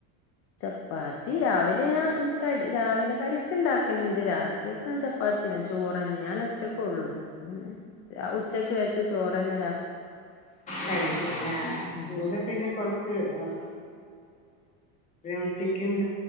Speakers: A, on the left (about 35°); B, on the left (about 20°).
A: ചപ്പാത്തി രാവിലെ ആ ക രാവിലെ കടക്ക് ഉണ്ടാക്കലുണ്ട് രാത്രിയൊക്കെ ആ പത്തിന ചോറ്ന്നെ ഞാൻ ഒറ്റക്ക ഉള്ളൂ പിെ ഉച്ചക്ക് വെച്ച ചോറ്ന്നെ
B: കഴിക്കുന്ന
A: ഉം
B: ഇൂടെ. പിന്നെ കുറച്ച് <unintelligible> ും